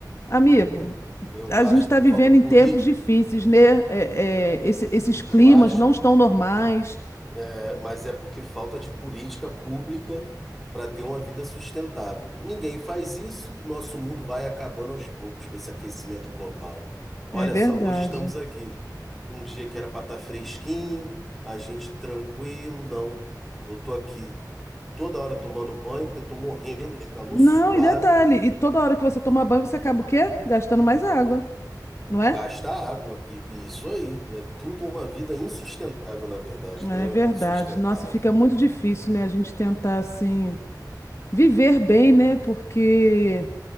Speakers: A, on the left; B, in the centre.
A: Amigo,
B: eu
A: a
B: acho
A: gente está
B: que
A: vivendo
B: falta política.
A: em tempos difíceis, né? Eh, eh, esse- esses climas
B: Eu acho.
A: não estão normais.
B: É, mas é porque falta de política pública para ter uma vida sustentável. Ninguém faz isso, nosso mundo vai acabando aos poucos com esse aquecimento global. Olha
A: É verdade.
B: só, hoje estamos aqui. Um dia que era para estar fresquinho, a gente tranquilo, não. Eu tô aqui toda hora tomando banho porque eu tô morrendo de calor,
A: Não,
B: suado,
A: e detalhe, e toda hora que você toma banho, você acaba o quê? Gastando mais água, não é?
B: gasta água. E, e isso aí, é tudo uma vida insustentável, na verdade,
A: É
B: não é
A: verdade.
B: sustentável.
A: Nossa, fica muito difícil, né? A gente tentar, assim, viver bem, né? Porque